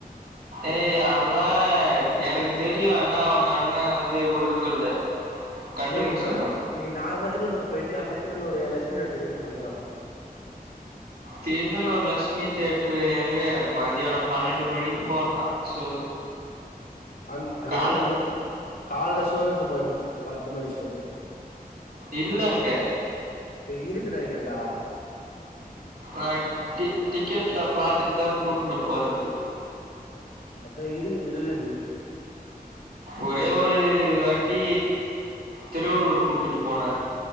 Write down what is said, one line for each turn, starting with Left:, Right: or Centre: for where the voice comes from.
Right: ஏய் அதல்லாம் எனக்கு தெரியும் ஆனா அவுங்க அண்ண வந்து வுடுறது இல்ல கண்டுபுடிச்சிடுறான்
Left: ஏய் கம்யூட் நீ நார்மலா தின்னனுர் போய்ட்டு அப்டி தின்னனூர் லட்சுமி தேட்டர் இட்டுனு போய்னும்
Right: தின்னனுனூர் லட்மி தேட்டர் எங்க மதியானம் பன்னெண்டு மணிக்கு போடுறான் சோ
Left: அ அ நீ
Right: கால்
Left: என்ன பண்ணணும் கால்ல சோ இட்னு போயிடணும் பத்து மணி சோவே
Right: இல்லங்க
Left: டேய் இருக்கு நெனைக்கிறேண்டா
Right: ஆ டிக்கெட்ல பாத்துட்டு தான் கூட்ன்னு போறது
Left: அதான் இருக்குது இருக்குது
Right: ஒரே ஒரு வாட்டி திருவள்ளூர் கூட்டிட்டு போன